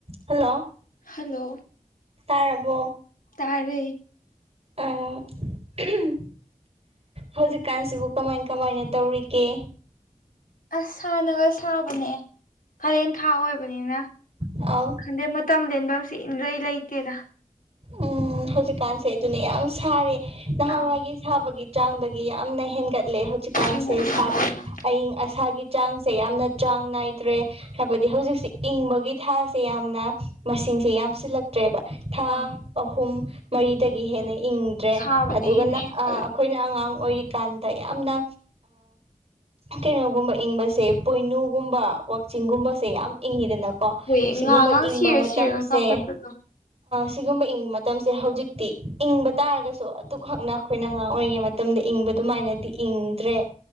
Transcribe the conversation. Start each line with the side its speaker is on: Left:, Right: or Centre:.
Right: hello
Left: hello
Right: ꯇꯥꯔꯕꯣ
Left: ꯇꯥꯔꯦ
Right: ꯑꯥ ꯎꯝ ꯍꯧꯖꯤꯛꯀꯥꯟꯁꯤꯕꯨ ꯀꯃꯥꯏꯟ ꯀꯃꯥꯏꯅ ꯇꯧꯔꯤꯒꯦ
Left: ꯑꯁ ꯁꯥꯥꯟꯅꯒ ꯁꯥꯕꯅꯦ ꯀꯔꯦꯟ ꯊꯥ ꯑꯣꯏꯕꯅꯤꯅ
Right: ꯑꯥꯎ
Left: ꯈꯪꯗꯦ ꯃꯇꯝ ꯂꯦꯟꯕꯝ ꯁꯤ ꯏꯟꯂꯩ ꯂꯩꯇꯦꯗ
Right: ꯎꯝ ꯍꯧꯖꯤꯛꯀꯥꯟꯁꯦ ꯑꯗꯨꯅꯦ ꯌꯥꯝ ꯁꯥꯔꯦ ꯅꯍꯥꯟꯋꯥꯏꯒꯤ
Left: ꯑꯥ
Right: ꯁꯥꯕꯒꯤ ꯆꯥꯡꯗꯒꯤ ꯌꯥꯝꯅ ꯍꯦꯟꯒꯠꯂꯦ ꯍꯧꯖꯤꯛꯀꯥꯟꯁꯦ
Left: ꯍꯦꯟꯒꯠꯂꯦ
Right: ꯁꯥꯕ
Left: ꯍꯧꯖꯤꯛꯀꯥꯟ
Right: ꯑꯌꯤꯡ ꯑꯁꯥꯒꯤ ꯆꯥꯡꯁꯦ ꯌꯥꯝꯅ ꯆꯥꯡ ꯅꯥꯏꯗ꯭ꯔꯦ ꯍꯥꯏꯕꯗꯤ ꯍꯧꯖꯤꯛꯁꯦ ꯏꯪꯕꯒꯤ ꯊꯥꯁꯦ ꯌꯥꯝꯅ ꯃꯁꯤꯡꯁꯦ ꯌꯥꯝꯁꯤꯜꯂꯛꯇ꯭ꯔꯦꯕ ꯊꯥ
Left: ꯑꯥ
Right: ꯑꯍꯨꯝ ꯃꯔꯤꯗꯒꯤ ꯍꯦꯟꯅ ꯏꯪꯗ꯭ꯔꯦ
Left: ꯁꯥꯕꯅ
Right: ꯑꯗꯨꯒꯅ
Left: ꯍꯦꯟꯅ ꯍꯦꯟꯒꯠꯂꯛꯑꯦ
Right: ꯑꯩꯈꯣꯏꯅ ꯑꯉꯥꯡ ꯑꯣꯏꯔꯤꯀꯥꯟꯗ ꯌꯥꯝꯅ ꯀꯩꯅꯣꯒꯨꯝꯕ ꯏꯪꯕꯁꯦ ꯄꯣꯏꯅꯨꯒꯨꯝꯕ ꯋꯥꯛꯆꯤꯡꯒꯨꯝꯕꯁꯦ ꯌꯥꯝ ꯏꯪꯉꯤꯗꯅ ꯀ
Left: ꯍꯣꯏ
Right: ꯁꯤꯒꯨꯝꯕ
Left: ꯉꯥꯒ
Right: ꯏꯪꯕ
Left: ꯁꯤꯔ
Right: ꯃꯇꯝꯁꯦ
Left: ꯁꯤꯔꯒ ꯆꯥꯎꯈꯠꯄꯗꯣ
Right: ꯁꯤꯒꯨꯝꯕ ꯃꯇꯝꯁꯦ ꯍꯧꯖꯤꯛꯇꯤ ꯏꯪꯕ ꯇꯥꯔꯒꯁꯨ ꯑꯗꯨꯛ ꯍꯛꯅ ꯑꯩꯈꯣꯏꯅ ꯑꯉꯥꯡ ꯑꯣꯏꯔꯤꯉꯩ ꯃꯇꯝꯗ ꯏꯪꯕ ꯑꯗꯨꯃꯥꯏꯅꯗꯤ ꯏꯪꯗ꯭ꯔꯦ